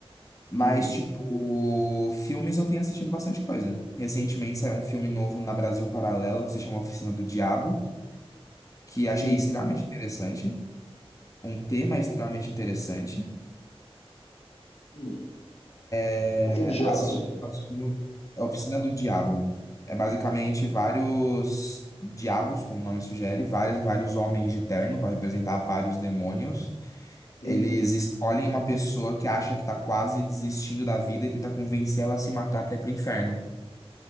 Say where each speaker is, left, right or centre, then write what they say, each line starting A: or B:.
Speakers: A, on the left (about 30°); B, on the left (about 80°).
A: Mas,
B: Uhum,
A: tipo, filmes eu tenho assistido bastante coisa. Recentemente saiu um filme novo na Brasil Paralelo que se chama Oficina do Diabo, que achei
B: uhum,
A: extremamente interessante. Um tema extremamente interessante.
B: uhum.
A: É,
B: O diabo.
A: assisti, assisti A Oficina do Diabo. É basicamente vários diabos, como o nome sugere, vários, vários homens de terno para representar vários demônios.
B: Uhum.
A: Eles escolhem uma pessoa que acha que tá quase desistindo da vida e tenta convencê-la a se matar para ir pro inferno.